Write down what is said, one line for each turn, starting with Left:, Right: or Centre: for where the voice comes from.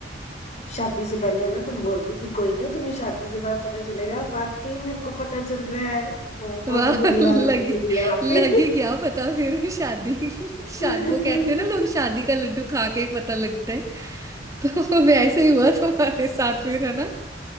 Left: शादी से पहले है ना तुम बोलती थी कोई ना तुम्हें शादी से बाद पता चलेगा वाकई मेरे को पता चल रहा है बहुत
Right: वाह
Left: बुरी हालत
Right: लगी
Left: है मेरी यहाँ
Right: लगी
Left: पे
Right: क्या पता फिर शादी शादी
Left: <laughs>
Right: वो कहते हैं ना लोग शादी का लड्डू खा के ही पता लगता है तो वैसे ही हुआ तुम्हारे साथ फिर है ना